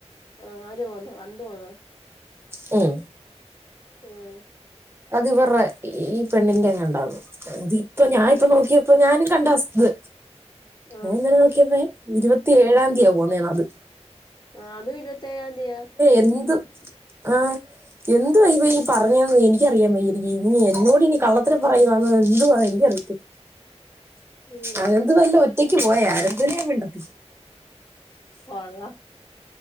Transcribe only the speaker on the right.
മ്മ്
സത്യം പറഞ്ഞ ഈ പെണ്ണിന്റെ അങ്ങെണ്ടാ തോന്നുന്നു ഇതിപ്പൊ ഞാനിപ്പ
നോക്കിയ ഇപ്പൊ ഞാനും കണ്ടത്
ഞാൻ ഇന്നനെ നോക്കിയപ്പോ ഇരുപത്തി ഏഴാന്തിയാ പോകുന്നേ അത്
എന്ത്‌ ആഹ എന്തുവാ ഇവൻ ഈ പറഞ്ഞേന്ന് എനിക്കറിയാ വയ്യനിക്ക് ഇനി എന്നോട് ഇനി കള്ളത്തരം പറയുവാന്ന് എന്തുവാ ക്കറിയത്ത്
അനന്തു മെല്ലെ ഒറ്റയ്ക്ക് പോയ അനന്തു വിനെ ഞാ മിണ്ടത്തില്ല